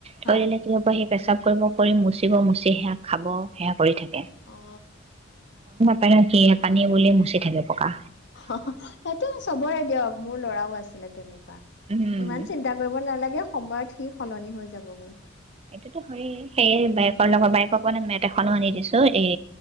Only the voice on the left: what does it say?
হয়
অ।
সহস সেইটো চবৰে। দিয়ক মোৰ ল'ৰাও আছিলে তেনে। বা
ইমান চিন্তা কৰিব নালাগে। সময়ত সি সলনি হৈ যাবগৈ।
উম